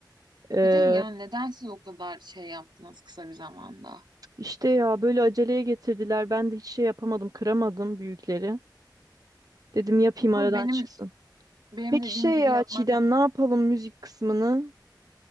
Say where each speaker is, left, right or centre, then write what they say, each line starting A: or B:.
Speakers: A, on the right (about 50°); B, on the right (about 80°).
A: Ee,
B: Bir de yani neden siz o kadar şey yaptınız kısa bir zamanda?
A: işte ya böyle aceleye getirdiler. Ben de hiç şey yapamadım. Kıramadım büyükleri. Dedim yapayım
B: Ama
A: aradan
B: benim
A: çıksın.
B: benim
A: Peki
B: dediğim
A: şey
B: gibi
A: ya
B: yapmak
A: Çiğdem ne yapalım müzik kısmını?